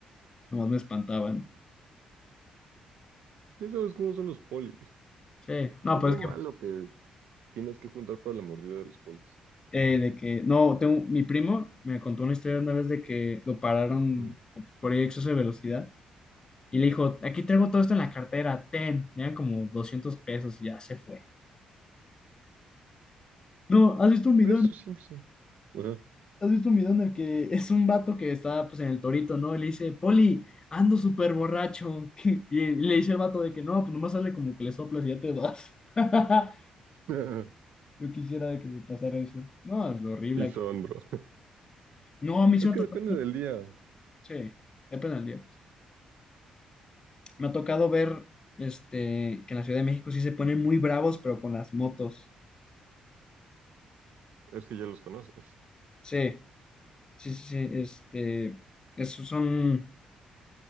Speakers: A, on the left; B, on the right.
A: Nomás me espantaban.
B: Ya sabes cómo son los polis.
A: Sí. No,
B: Es
A: pues
B: lo
A: es
B: malo que tienes que juntar para la mordida de los polis.
A: que, eh, de que, no, tengo, mi primo me contó una historia una vez de que lo pararon
B: Mm.
A: por exceso de velocidad y le dijo, aquí traigo todo esto en la cartera, ten. Me dan como 200 pesos y ya se fue. No, ¿has visto un video
B: Pero eso siempre son. Ajá.
A: ¿Has visto un video en el que es un vato que está pues en el torito, ¿no? Y le dice, Poli, ando súper borracho. <laughs> Y le dice el vato de que no, pues nomás sale como que le soplas y ya te vas. <laughs>
B: <laughs>
A: Yo quisiera que me pasara eso. No, es horrible.
B: Sí son, bro.
A: No, a mí sí
B: Es
A: me
B: que
A: ha tocado.
B: depende del día.
A: Sí, depende del día. justo. Me ha tocado ver este, que en la Ciudad de México sí se ponen muy bravos, pero con las motos.
B: Es que ya los conoces.
A: Sí, sí, sí, sí. Este, es- son,